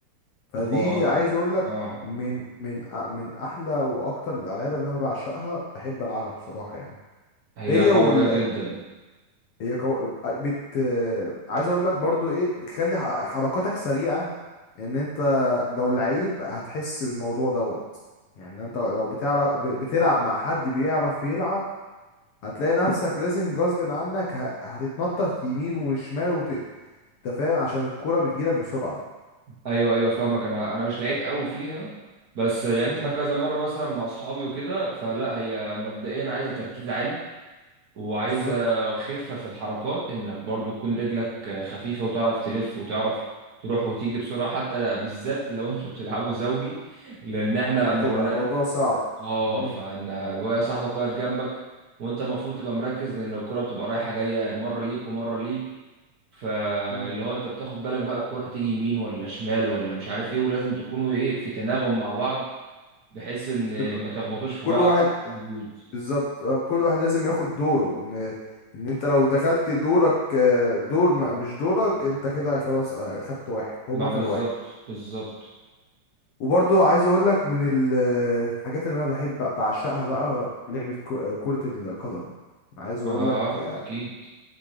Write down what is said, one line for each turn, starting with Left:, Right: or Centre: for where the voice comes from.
Left: فدي
Right: اه
Left: عايز اقول لك اه
Right: اه
Left: من من أ- من احلى واكتر الالعاب اللي انا بعشقها بحب العبها بصراحه يعني
Right: هي
Left: هي
Right: قويه
Left: وال...
Right: جدا
Left: هي كو... بت عايز اقول لك برضو ايه بتخلي ح- حركاتك سريعة ان انت لو لعيب هتحس بالموضوع دوت يعني انت لو بتعرف ب- بتلعب مع حد بيعرف يلعب هتلاقي نفسك لازم غصب عنك ه... هتتنطط يمين وشمال وت... انت فاهم عشان الكرة بتجيلك بسرعة
Right: ايوه ايوه فاهمك انا انا مش لعيب قوي فيها بس لعبتها
Left: امم
Right: كذا مره مثلا مع اصحابي وكده فلا هي مبدئيا عايزه تركيز عالي وعايزة
Left: بالظبط
Right: خفة في الحركات انك برضو تكون رجلك خفيفة وتعرف تلف وتعرف تروح وتيجي بسرعة حتى بالذات لو <laughs> انتوا بتلعبوا زوجي لان احنا لما
Left: بتبقى
Right: كنا
Left: الموضوع صعب
Right: اه
Left: امم
Right: فانا واقف- صاحبك واقف جنبك وانت المفروض تبقى مركز لان الكرة بتبقى رايحة جاية يعني مرة ليك ومرة ليك فاللي
Left: امم
Right: هو انت بتاخد بالك بقى الكرة هتيجي يمين ولا شمال ولا مش عارف ايه ولازم تكونوا ايه في تناغم مع بعض بحيث ان
Left: تبقى
Right: ما تخبطوش في
Left: كل
Right: بعض
Left: واحد
Right: يبوظ.
Left: بالظبط آه، كل واحد لازم ياخد دوره ان ان انت لو دخلت دورك آه، دور ما- مش دورك انت كده خلاص آه، خدت واحد هما
Right: ما بالظبط
Left: خدوا واحد
Right: بالظبط
Left: وبرضو عايز اقول لك من ال- الحاجات اللي انا بحب بعشقها بقى لعبة كو- آه، كرة القدم عايز اقول
Right: اه
Left: لك آه،
Right: اكيد